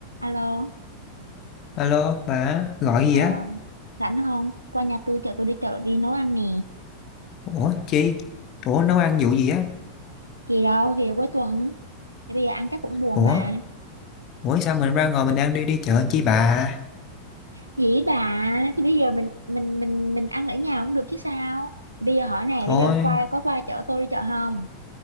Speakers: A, on the right; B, on the left.
A: Alo,
B: Alo, bà gọi
A: ờ,
B: gì á?
A: rảnh không? Qua nhà tôi chở tôi đi chợ đi nấu ăn nè.
B: Ủa chi? Ủa nấu ăn vụ gì á?
A: Thì đâu, thì cuối tuần. Thì bây giờ ăn chắc cũng buồn
B: Ủa?
A: mà.
B: Ủa sao mình ra ngồi mình đang đi đi chợ chi bà?
A: Dĩ bà, thì bây giờ mình mình mình mình ăn ở nhà cũng được chứ sao? Thì bây giờ hỏi nè,
B: Thôi,
A: bây giờ qua có qua chở tôi đi chợ không?